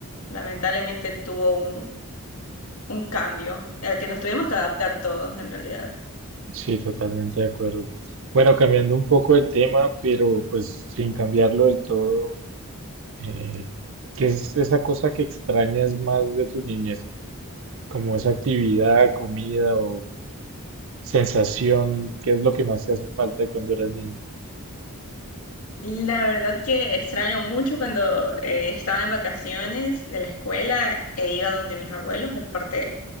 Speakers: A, on the left; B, on the right.
A: Lamentablemente tuvo un, un cambio al que nos tuvimos que adaptar todos en realidad.
B: Sí, totalmente de acuerdo. Bueno, cambiando un poco el tema, pero pues sin cambiarlo del todo, eh, ¿qué es esa cosa que extrañas más de tu niñez? Como esa actividad, comida o sensación, ¿qué es lo que más te hace falta de cuando eras niña?
A: La verdad que extraño mucho cuando eh, estaba en vacaciones de la escuela e iba donde mis abuelos de parte